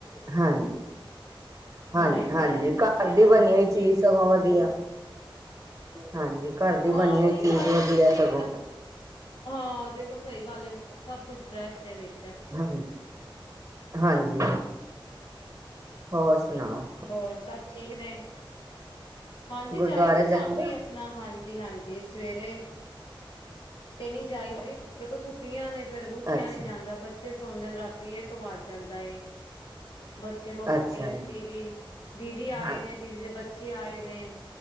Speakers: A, on the right; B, on the left.
A: ਹਾਂਜੀ-ਹਾਂਜੀ-ਹਾਂਜੀ
B: ਹੁਣ ਲੇਟੇ ਦੇ ਨੇ ਬੱਚੇ
A: ਕਾਰ
B: ਆਰਾਮ
A: ਦੀ ਬਣੀ
B: ਨਾਲ
A: ਹੋਈ ਚੀਜ਼ ਸਗੋਂ ਵਧੀਆ ਹਾਂਜੀ ਘੱਰ ਦੀ
B: ਹਾਂ
A: ਬਣੀ ਹੋਈ
B: ਉਹੀਓ
A: ਚੀਜ਼
B: ਆਈਸ
A: ਵਧੀਆ
B: ਕਰ੍ਰੀਮ ਵੀ
A: ਸਗੋਂ
B: ਮਤਲਬ ਹਾਂ ਦੇਖੋ ਸਈ ਗੱਲ ਏ, ਸਭ ਕੁਛ ਬਰੈਸਟ ਐ ਵਿੱਚ
A: ਹੂੰ ਹਾਂਜੀ ਹੋਰ ਸੁਨਾਓ?
B: ਹੋਰ ਸਭ ਠੀਕ ਨੇ ਹਾਂਜੀ
A: ਗੁਰਦੁਆਰੇ
B: ਜਾਈਦਾ
A: ਜਾਂਦੇ
B: ਸ਼ਾਮੀ
A: ਹੋ
B: ਅਪਣਾ ਹਾਂਜੀ-ਹਾਂਜੀ ਸਵੇਰੇ ਤੇ ਨ ਜਾਹੀਦੇ ਦੇਖੋ ਛੁੱਟੀਆਂ ਨੇ ਫੇਰ ਓਠੇਆਂ
A: ਅੱਛਾ
B: ਨੀ ਜਾਂਦਾ ਬੱਚੇ ਬੱਚੇ ਸੌਦੇ ਰਾਤੀ ਏਕ ਵਜ ਜਾਂਦਾ ਏ। ਬੱਚੇ ਮੋਬਾਈਲ,
A: ਅੱਛਾ ਜੀ
B: ਟੀਵੀ ਦੀਦੀ ਆਏ
A: ਹਾਂ
B: ਨੇ ਦੀਦੀ ਦੇ ਬੱਚੇ ਆਏ ਨੇ